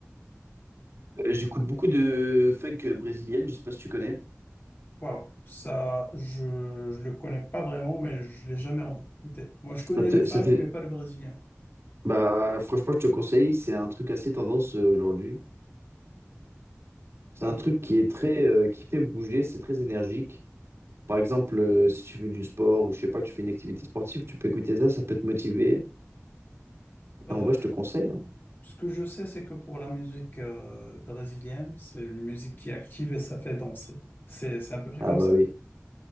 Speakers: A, on the right; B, on the left.
A: Euh, J'écoute beaucoup de funk brésilienne, je sais pas si tu connais.
B: Waouh, ça, je, je le connais pas vraiment, mais je l'ai jamais écouté. Moi, je connais
A: Ça te-
B: le funk,
A: ça te-
B: mais pas le brésilien.
A: Bah, franchement, je te conseille, c'est un truc assez tendance euh, aujourd'hui. C'est
B: Ah
A: un
B: oui.
A: truc qui est très, euh, qui fait bouger, c'est très énergique. Par exemple, euh, si tu fais du sport ou je sais pas, tu fais une activité sportive, tu peux écouter ça, ça peut te motiver.
B: Euh,
A: Et en vrai, je te conseille. hein.
B: Ce que je sais, c'est que pour la musique euh, brésilienne, c'est une musique qui est active et ça fait danser. C'est, c'est à peu près
A: Ah
B: comme
A: bah
B: ça?
A: oui.